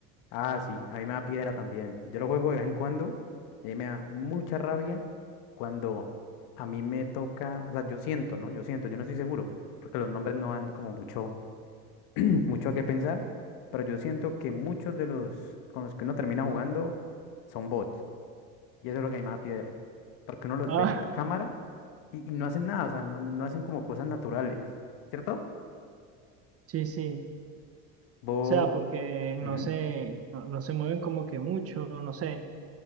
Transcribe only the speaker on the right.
Ah,
sí, sí.
O sea, porque no
se, no, no se mueven como que mucho, no sé.